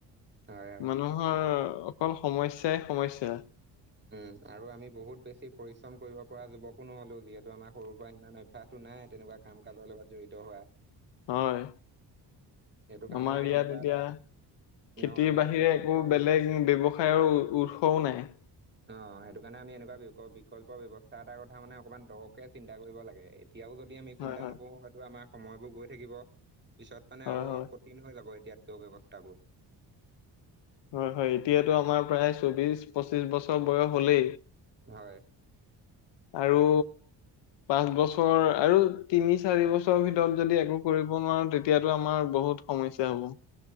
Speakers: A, on the right; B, on the left.
A: হয় হয়
B: মানুহৰ, অকল সমস্যাই সমস্যা।
A: উম আৰু আমি বহুত বেছি পৰিশ্ৰম কৰিব পৰা যুৱকো নহলো যিহেতু আমাৰ সৰুৰ পৰা ইমান, সাহটো নাই তেনেকুৱা কাম কাজৰ লগত জড়িত হোৱা।
B: হয়।
A: সেইটো কাৰণে
B: আমাৰ
A: মানে
B: ইয়াত
A: এনেকুৱা
B: এতিয়া
A: এটা
B: খেতিৰ
A: অ এনেকুৱা
B: বাহিৰে
A: বিকল্প
B: একো
A: ব্য-
B: বেলেগ ব্যৱসায়- সায়ৰ উৎসও নাই।
A: অ সেইটো কাৰণে আমি এনেকুৱা বি বিকল্প ব্যয়ৱস্থা এটাাৰ কথা মানে অকণমান দৰকে চিন্তা কৰিব লাগে- এতিয়াও যদি আমি চিন্তা
B: হয় হয়
A: নকৰো হয়তো আমাৰ সময়বোৰ গৈ থাকিব। পিছত মানে
B: হয়
A: আৰু
B: হয়
A: অলপ কঠিন হৈ যাব এতিয়াতকে ব্যৱস্থাবোৰ।
B: হয় হয় এতিয়াতো আমাৰ প্ৰায় চৌবিশ পঁচিশ বছৰ বয়স হলেই-
A: হয়।
B: আৰু পাঁচ বছৰ আৰু- তিনি চাৰি বছৰৰ ভিতৰত যদি একো কৰিব নোৱাৰো তেতিয়াতো আমাৰ বহুত সমস্যা হ'ব।